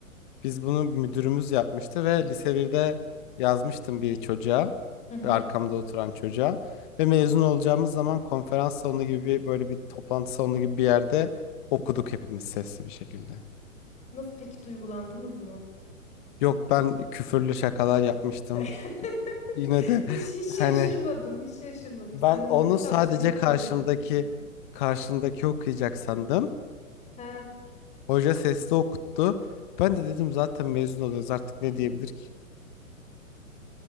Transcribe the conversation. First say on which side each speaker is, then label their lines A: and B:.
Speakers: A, on the left (about 35°); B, on the left (about 15°).
A: Biz bunu müdürümüz yapmıştı ve lise birde yazmıştım bir çocuğa,
B: Hı hı.
A: arkamda oturan çocuğa ve mezun olacağımız zaman konferans salonu gibi bir- böyle bir toplantı salonu gibi bir yerde okuduk hepimiz sesli bir şekilde.
B: Nasıl peki duygulandınız mı?
A: Yok ben küfürlü şakalar yapmıştım.
B: <laughs>
A: Yine de
B: Hiç hiç şaşırmadım,
A: hani
B: hiç şaşırmadım.
A: ben
B: Senden
A: onu
B: duygusal
A: sadece
B: bir şey beklemiyordum
A: karşımdaki
B: zaten.
A: karşındaki okuyacak sandım.
B: He,
A: Hoca sesli okuttu. Ben de dedim zaten mezun oluyoruz artık ne diyebilir ki?